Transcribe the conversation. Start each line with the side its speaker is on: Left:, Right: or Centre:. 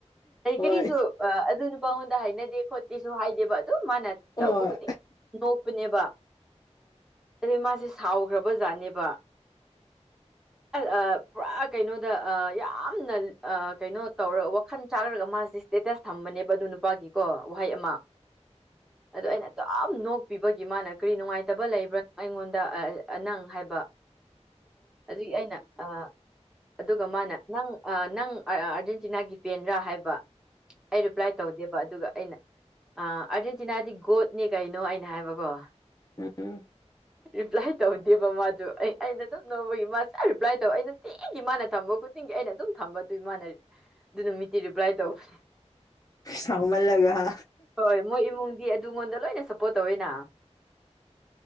Centre: ꯀꯔꯤ
Left: ꯍꯣꯏ
Centre: ꯀꯔꯤꯁꯨ ꯑꯗꯨꯅ ꯄꯥꯉꯣꯟꯗ ꯍꯥꯏꯅꯗꯦ ꯈꯣꯠꯇꯦꯁꯨ ꯍꯥꯏꯗꯦꯕ ꯑꯗꯨ ꯃꯥꯅ
Left: ꯍꯣꯏ
Centre: ꯇꯧꯕ ꯈꯨꯗꯤꯡ ꯅꯣꯛꯄꯅꯦꯕ ꯑꯗꯩ ꯃꯥꯁꯦ ꯁꯥꯎꯈ꯭ꯔꯕ ꯖꯥꯠꯅꯦꯕ <unintelligible> ꯄꯨꯔꯥ ꯀꯩꯅꯣꯗ ꯌꯥꯝꯅ ꯀꯩꯅꯣ ꯇꯧꯔ ꯋꯥꯈꯜ ꯆꯥꯈ꯭ꯔꯒ ꯃꯥꯁꯤꯦ ꯏꯁ꯭ꯇꯦꯇꯁ ꯊꯝꯕꯅꯦꯕ ꯑꯗꯨ ꯅꯨꯄꯥꯒꯤꯀꯣ ꯋꯥꯍꯩ ꯑꯃ ꯑꯗꯣ ꯑꯩꯅ ꯑꯗꯨꯝ ꯅꯣꯛꯄꯤꯕꯒꯤ ꯃꯥꯅ ꯀꯔꯤ ꯅꯨꯡꯉꯥꯏꯇꯕ ꯂꯩꯕ꯭ꯔꯥ ꯑꯩꯉꯣꯟꯗ ꯅꯪ ꯍꯥꯏꯕ ꯑꯗꯨꯒꯤ ꯑꯩꯅ ꯑ ꯑꯗꯨꯒ ꯃꯥꯅ ꯅꯪ ꯅꯪ ꯑꯥꯔꯖꯦꯟꯇꯤꯅꯥꯒꯤ ꯄꯦꯟ꯭ꯔꯥ ꯍꯥꯏꯕ ꯑꯩ ꯔꯤꯄ꯭ꯂꯥꯏ ꯇꯧꯗꯦꯕ ꯑꯗꯨꯒ ꯑꯩꯅ ꯑꯥꯔꯖꯦꯟꯇꯤꯅꯥꯗꯤ ꯒꯣꯠꯅꯦ ꯀꯩꯅꯣ ꯑꯩꯅ ꯍꯥꯏꯕꯀꯣ
Left: ꯎꯝ
Centre: ꯔꯤꯄ꯭ꯂꯥꯏ ꯇꯧꯗꯦꯕ ꯃꯥꯗꯨ ꯑꯩ ꯑꯩꯅ ꯑꯗꯨꯝ ꯅꯧꯕꯒꯤ ꯃꯥꯁꯦ ꯔꯤꯄ꯭ꯂꯥꯏ ꯇꯧ ꯑꯩꯅ ꯑꯩꯒꯤ ꯃꯥꯅ ꯊꯝꯕ ꯈꯨꯗꯤꯡꯒꯤ ꯑꯩꯅ ꯑꯗꯨꯝ ꯊꯝꯕ ꯑꯗꯨꯏ ꯃꯥꯅ ꯑꯗꯨ ꯅꯨꯃꯤꯠꯇꯤ ꯔꯤꯄ꯭ꯂꯥꯏ ꯇꯧꯕ
Left: ꯁꯥꯎꯃꯜꯂꯒ
Centre: ꯍꯣꯏ ꯃꯣꯏ ꯏꯃꯨꯡꯗꯤ ꯑꯗꯨꯉꯣꯟꯗ ꯂꯣꯏꯅ ꯁꯞꯄꯣꯔꯠ ꯇꯧꯋꯦꯅ